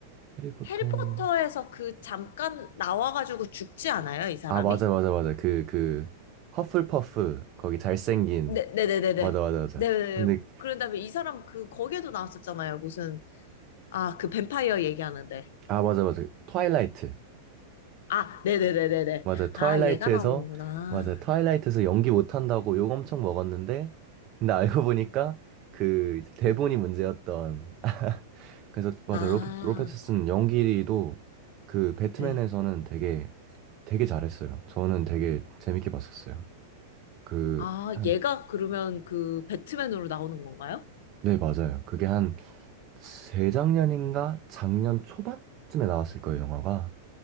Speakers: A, on the right; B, on the left.
A: 해리포터.
B: 해리포터에서 그 잠깐 나와가지고 죽지 않아요, 이 사람이?
A: 아, 맞아, 맞아, 맞아. 그, 그, 허플퍼프. 거기 잘생긴.
B: 네, 네네네네. 네.
A: 맞아, 맞아, 맞아.
B: 네,
A: 근데,
B: 네. 그런 다음에 이 사람 그 거기에도 나왔었잖아요. 무슨 아, 그 뱀파이어 얘기하는데.
A: 아, 맞아, 맞아. 트와일라이트.
B: 아, 네네네네네.
A: 맞아. 트와일라이트에서,
B: 아, 얘가 나오는구나.
A: 맞아. 트와일라이트에서 연기 못한다고 욕 엄청 먹었는데, 근데 알고 보니까 그 이제 대본이 문제였던. <laughs> 그래서, 맞아.
B: 아,
A: 로, 로페스슨 연기도 그 배트맨에서는
B: 네.
A: 되게, 되게 잘했어요. 저는 되게 재밌게 봤었어요. 그,
B: 아,
A: 한,
B: 얘가 그러면 그 배트맨으로 나오는 건가요?
A: 네, 맞아요. 그게 한 재작년인가? 작년 초반쯤에 나왔을 거예요, 영화가.